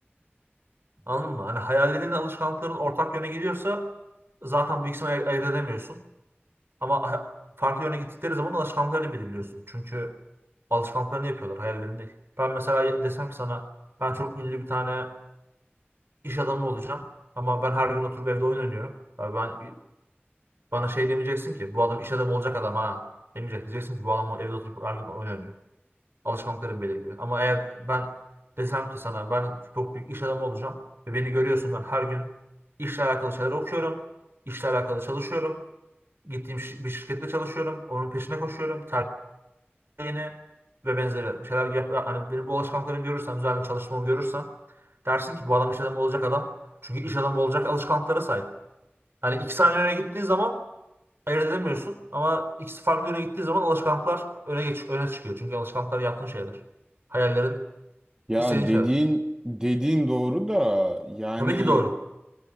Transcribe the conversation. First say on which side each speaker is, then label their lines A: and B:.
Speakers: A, on the right; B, on the right.
A: Anladın mı? Hani hayallerinle alışkanlıkların ortak yöne gidiyorsa zaten bu ikisini ay- ayırt edemiyorsun. Ama ha- farklı yöne gittikleri zaman alışkanlıkları belirliyorsun. Çünkü alışkanlıklarını yapıyorlar, hayallerini değil. Ben mesela desem ki sana ben çok ünlü bir tane iş adamı olacağım ama ben her gün oturup evde oyun oynuyorum. Ya ben bana şey demeyeceksin ki bu adam iş adamı olacak adam ha demeyecek. Diyeceksin ki bu adam evde oturup her gün oyun oynuyor. Alışkanlıklarım belirliyor. Ama eğer ben desem ki sana ben çok büyük iş adamı olacağım ve beni görüyorsun ben her gün işle alakalı şeyler okuyorum. işle alakalı çalışıyorum. Gittiğim şi- bir şirkette çalışıyorum. Onun peşine koşuyorum. Tercihini ve benzeri şeyler yap. Hani benim bu alışkanlıklarımı görürsen, düzenli çalışmamı görürsen dersin ki bu adam iş adamı olacak adam. Çünkü iş adamı olacak alışkanlıklara sahip. Hani iki saniye öne gittiği zaman ayırt edemiyorsun ama ikisi farklı yöne gittiği zaman alışkanlıklar öne geç öne çıkıyor. Çünkü alışkanlıklar yaptığın şeyler. Hayallerin
B: Ya
A: İstediğin şeyler.
B: dediğin dediğin doğru da yani
A: Tabii ki doğru.